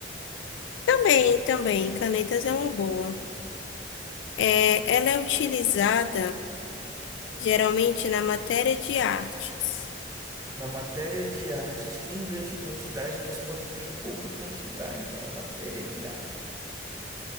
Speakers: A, on the left; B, on the right.
A: Também, também, canetas é uma boa. É, ela é utilizada geralmente na matéria de artes.
B: Na matéria de artes tem grande quantidade, mas pode ter em pouca quantidade na matéria de artes.